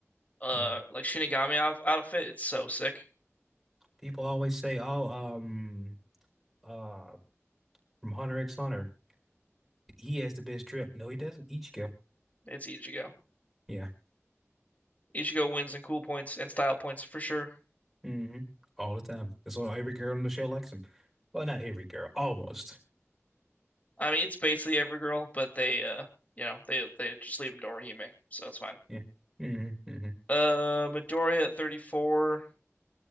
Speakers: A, on the left; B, in the centre.
A: uh
B: Mhm.
A: like Shinigami out outfit, it's so sick.
B: People always say, "Oh, um, uh, from Hunter X Hunter, he has the best drip." No, he doesn't. Ichigo.
A: It's Ichigo.
B: Yeah.
A: Ichigo wins in cool points and style points for sure.
B: hmm All the time. That's why every girl on the show likes him. Well, not every girl, almost.
A: I mean, it's basically Evergirl, but they, uh, you know, they they just leave him to Orihime, so it's fine.
B: Yeah. hmm hmm
A: Uh, Midoriya at 34.